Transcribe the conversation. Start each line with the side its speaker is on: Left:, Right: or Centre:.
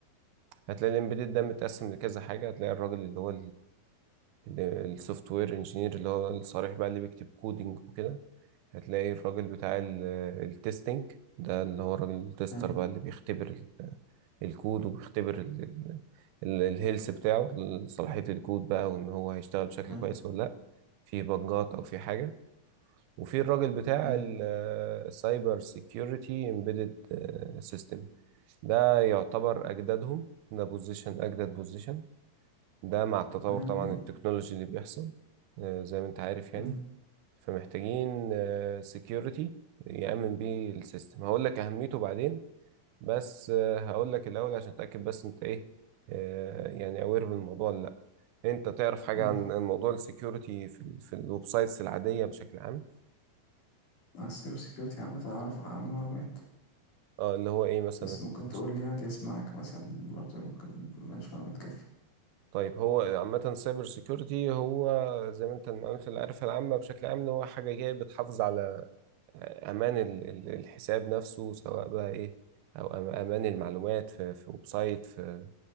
Right: هتلاقي الامبيدد ده متقسم لكذا حاجه هتلاقي الراجل اللي هو السوفت وير انجينير اللي هو الصريح بقى اللي بيكتب كودينج وكده هتلاقي الراجل بتاع التستنج ده اللي هو الراجل التستر
Left: حلو
Right: بقى اللي بيختبر ال- الكود وبيختبر ال- ال- ال- الهيلث بتاعه صلاحيه الكود بقى وان هو هيشتغل بشكل
Left: حلو
Right: كويس ولا لا في بجات او في حاجه وفي الراجل بتاع
Left: حلو
Right: السايبر سيكيورتي امبيدد سيستم ده يعتبر اجدادهم ده بوزيشن اجدد بوزيشن ده مع التطور
Left: كلام
Right: طبعا
Left: جميل
Right: التكنولوجي اللي بيحصل آه، زي ما انت عارف يعني
Left: أمم.
Right: فمحتاجين سكيورتي يأمن بيه السيستم هقول لك أهميته بعدين بس آه، هقول لك الأول عشان أتأكد بس انت ايه آه، يعني أوير بالموضوع ولا لأ انت تعرف حاجة
Left: قول
Right: عن
Left: لي
Right: عن موضوع السكيورتي في ال في الويب سايتس العادية بشكل عام
Left: على السايبر سيكيورتي عامة اعرف عنه معلومات
Right: اه اللي هو ايه مثلا
Left: بس ممكن تقول
Right: عشان
Left: لي عادي اسمعك مثلا برضه ممكن مش معلومات كافية
Right: طيب هو عامة سايبر سيكيورتي هو زي ما انت المعلومات اللي عارفها العامة بشكل عام ان هو حاجة جاية بتحافظ على امان ال- ال- الحساب نفسه سواء بقى ايه او أم- امان المعلومات في في ويب سايت في